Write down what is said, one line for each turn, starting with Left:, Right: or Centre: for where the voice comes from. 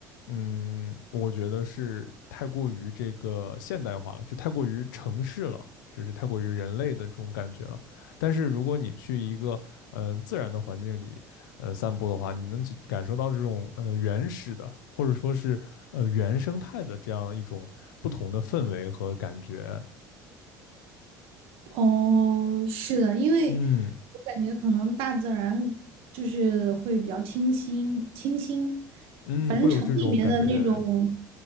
Left: 嗯，我觉得是太过于这个现代化了，就太过于城市了，就是太过于人类的这种感觉了。但是如果你去一个嗯、呃自然的环境里呃散步的话，你能去感受到这种呃原始的或者说是呃原生态的这样一种不同的氛围和感觉，
Right: 哦，是的，因为
Left: 嗯
Right: 我感觉可能大自然就是会比较清新，清新，
Left: 嗯，
Right: 反正城里面的那种
Left: 会有这种感觉，